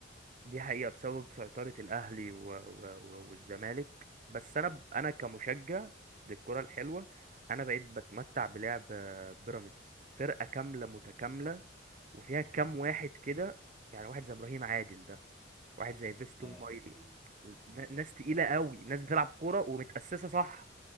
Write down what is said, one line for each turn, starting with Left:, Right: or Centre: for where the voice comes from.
Right: دي حقيقة بسبب سيطرة الأهلي و... و... و... والزمالك بس أنا ب... أنا كمشجع للكرة الحلوة أنا بقيت بتمتع بلعب آه، بيراميدز فرقة كاملة متكاملة وفيها كام
Left: امم
Right: واحد كده يعني واحد زي إبراهيم عادل ده واحد زي فيستون
Left: لا لا
Right: مايلي
Left: عيب كبير
Right: ن-
Left: امم
Right: ناس تقيلة قوي ناس بتلعب كورة ومتأسسة صح